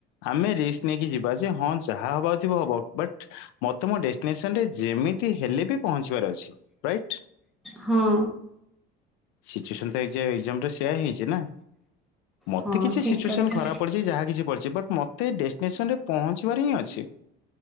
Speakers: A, on the left (about 75°); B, in the centre.
A: ଆମେ ରିସ୍କ୍ ନେଇକି ଯିବା ଯେ ହଁ ଯାହା ହବାର ଥିବ ହବ ବଟ୍ ମତେ ମୋ ଡେଷ୍ଟିନେସନ୍ ରେ ଯେମିତି ହେଲେ ବି ପହଞ୍ଚିବାର ଅଛି। ରାଇଟ୍।
B: ହଁ।
A: ସିଚୁଏସନ୍ ତ ଏକ୍ଜା-ଏକ୍ଜାମ୍ ରେ ସେୟା ହେଇଚି ନା ମତେ
B: ହଁ
A: କିଛି
B: ଠିକ୍
A: ସିଚୁଏସନ୍
B: କଥା
A: ଖରାପ୍ ପଡିଚି ଯାହା କିଛି ପଡିଚି ବଟ୍ ମତ୍ ମତେ ଏଇ ଡେଷ୍ଟିନେସନ୍ ରେ ପହଞ୍ଚିବାର ହିଁ ଅଛି।